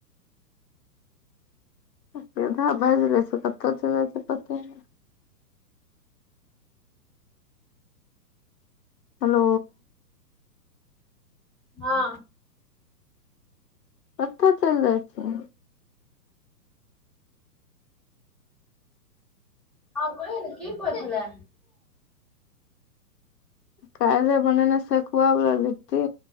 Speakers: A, on the left (about 75°); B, in the centre.
A: <unintelligible> सीधा बाईज लय छय कत्तअ चल जाइ छै कते ने हेलो
B: हँ
A: कतऽ चलि जाइ छै
B: हँ कहियौ ने की कहै छलै
A: कायल बनान सकुबल बिति